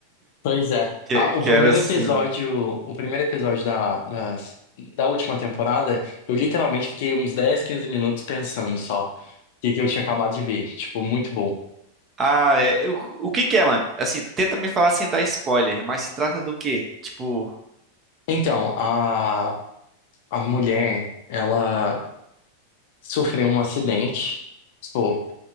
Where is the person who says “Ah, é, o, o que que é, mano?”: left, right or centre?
Right